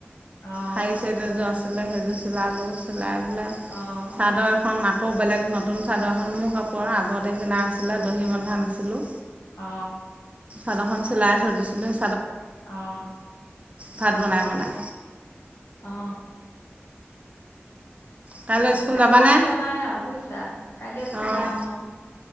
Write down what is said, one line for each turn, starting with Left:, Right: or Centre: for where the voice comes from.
Left: অহ,
Right: শাৰী ছেট এযোৰ আছিলে সেইযোৰ চিলালো চিলাই পেলাই
Left: অহ,
Right: চাদৰ এখন আকৌ বেলেগ নতুন চাদৰ এখন মোৰ কাপোৰ আগতে কিনা আছিলে দহি বন্ধা নাছিলো
Left: অ
Right: চাদৰখন চিলাই থৈ দিছিলো
Left: অ
Right: ভাত বনাই
Left: অ
Right: বনাই
Left: অ অ
Right: কাইলৈ স্কুল
Left: কামৰ
Right: যাবানে?
Left: অন্ত নাই আৰু বুইছা কাইলে স্কুল
Right: অঁ
Left: যাম অ